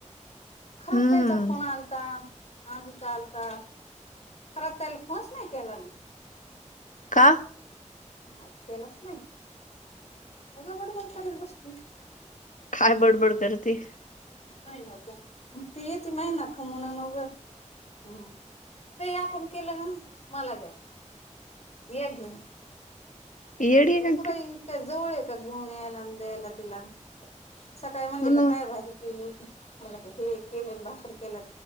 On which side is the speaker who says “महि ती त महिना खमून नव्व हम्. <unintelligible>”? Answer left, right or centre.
Left